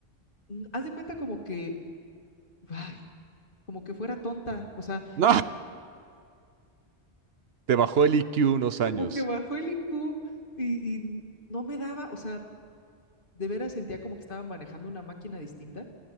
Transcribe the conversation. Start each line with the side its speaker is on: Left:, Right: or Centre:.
Left: n- haz de cuenta como que, ay, como que fuera tonta, o sea,
Right: No. Te bajó el I Q unos años.
Left: como que bajó el IQ y, y no me daba, o sea, de veras sentía como que estaba manejando una máquina distinta.